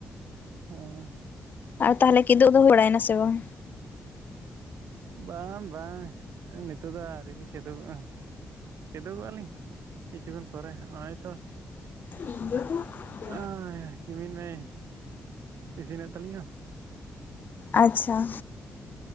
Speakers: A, on the right (about 80°); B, on the left (about 45°).
A: ᱦᱮᱸ᱾
B: ᱟᱨ ᱛᱟᱦᱚᱞᱮ ᱠᱤᱫᱩᱵ ᱫᱚ ᱦᱩᱭ ᱵᱟᱲᱟᱭ ᱱᱟ ᱥᱮ ᱵᱟᱝ?
A: ᱵᱟᱝ ᱵᱟᱝ ᱱᱤᱛᱚᱜ ᱫᱚ ᱟᱹᱣᱨᱤ ᱞᱤᱧ ᱠᱮᱫᱳᱵᱚᱜᱼᱟ᱾ ᱠᱮᱫᱳᱵᱚᱜ-ᱟ ᱞᱤᱧ ᱠᱤᱪᱷᱩ ᱠᱷᱚᱱ ᱯᱚᱨᱮ ᱦᱚᱸᱜᱼᱚᱭ ᱛᱚ
B: <inaudible>
A: ᱟᱭ ᱠᱤᱢᱤᱱ ᱢᱮᱭ ᱤᱥᱤᱱᱮᱜ ᱛᱟᱹᱞᱤᱧᱟ᱾
B: ᱟᱪᱪᱷᱟ᱾